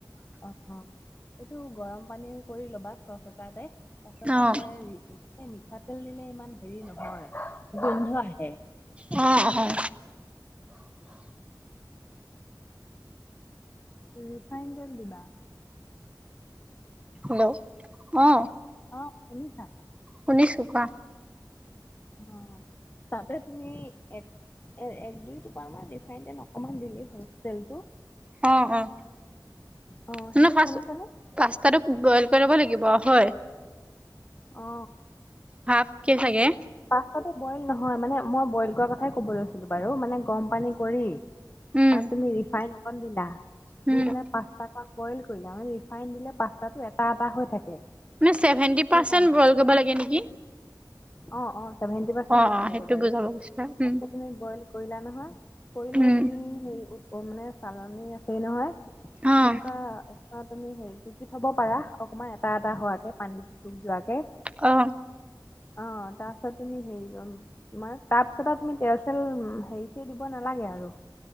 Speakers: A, on the left; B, on the right.
A: অ' অ', এইটো গৰম পানী কৰি ল'বা চচ এটাতে। তাৰছত
B: অ',
A: তাতে ৰি, এ মিঠাতেল দিলে ইমান হেৰি নহয় গোন্ধ আহে।
B: অ', অ'হ।
A: ৰিফাইন তেল দিবা।
B: হেল্ল' অ।
A: অ শুনিছা?
B: শুনিছো। কোৱা?
A: অ তাতে তুমি এক এ এক দুই টোপাল মান ৰিফাইন তেন অকমান দিলেই হ'ল তেলটো।
B: অ অ
A: অ
B: <unintelligible>
A: হেল্ল' শুনিছানে
B: তাতো বইল কৰিব লাগিব হয়।
A: অ।
B: হাফ কে চাগে?
A: পাস্তাটো বইল নহয় মানে মই বইল কৰা কথাই ক'ব লৈছিলো বাৰু মানে গৰম পানী কৰি
B: উম,
A: তাত তুমি ৰিফাইন অকন দিলা
B: উম,
A: দি পেলাই পাস্তা কন বইল কৰিলা মানে ৰিফাইন দিলে পাস্তাটো এটা এটা হৈ থাকে।
B: আপোনাৰ ছেভেনটি পাৰ্চেন্ট
A: সেইকাৰণে
B: বইল কৰিব লাগে নেকি?
A: অ অ ছেভেনণ্টি পাৰ্চেণ্ট
B: অ',
A: কৰিব
B: অ', সেইটো
A: লাগে বাৰু।
B: বুজাব গৈছিলা উম,
A: ফাষ্টত তুমি বইল কৰিলা নহয়, কৰিলে
B: উম,
A: তুমি সেই উ- অ মানে চালনী আছেই নহয়,
B: অ',
A: সেনেকুৱা এটাত তুমি হেৰি টুকি থ'ব পাৰা, অকণমান এটা- এটা হোৱাকে, পানী টুপ যোৱাকে
B: অ।
A: অ তাছত তুমি হেৰি অম- মানে তাত ছাতাব তুমি তেল চেল উম হেৰি চেৰি দিব নালাগে আৰু।